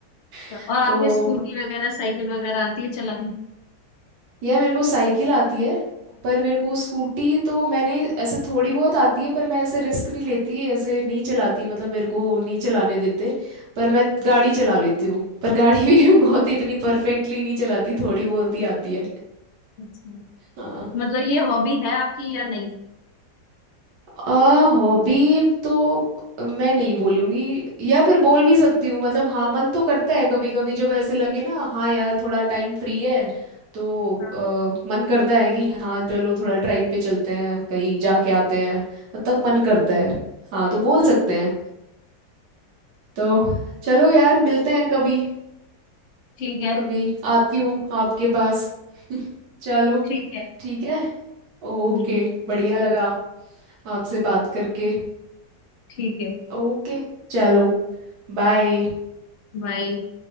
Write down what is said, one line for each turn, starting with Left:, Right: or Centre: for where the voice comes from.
Left: और
Right: <laughs>
Left: आपको
Right: तो
Left: स्कूटी वगैरह साइकिल वगैरह आती है चलानी
Right: यार मेरे को साइकिल आती है पर मेरे को स्कूटी तो मैंने ऐसे थोड़ी बहुत आती है पर मैं ऐसे रिस्क नहीं लेती ऐसे नहीं चलाती मतलब मेरे को नहीं चलाने देते पर मैं गाड़ी चला लेती हूँ पर गाड़ी भी <laughs> बहुत इतनी परफेक्टली नहीं चलाती थोड़ी बहुत ही आती है
Left: हाँ।
Right: हाँ
Left: मतलब ये हॉबी है आपकी या नहीं
Right: अ हॉबी तो मैं नहीं बोलूंगी या फिर बोल भी सकती हूँ मतलब हाँ मन तो करता है कभी कभी जब ऐसे लगे ना हाँ यार थोड़ा टाइम फ्री है तो
Left: हाँ।
Right: अ, मन करता है कि हाँ चलो थोड़ा ड्राइव पे चलते हैं कहीं जाके आते हैं तो तब मन करता है हाँ तो बोल सकते हैं तो चलो यार मिलते हैं कभी
Left: ठीक है
Right: कभी आती हूँ आपके पास <laughs> चलो
Left: ठीक है
Right: ठीक है ओके
Left: हम्म,
Right: बढ़िया लगा आपसे बात करके
Left: ठीक है
Right: ओके चलो बाय
Left: भाई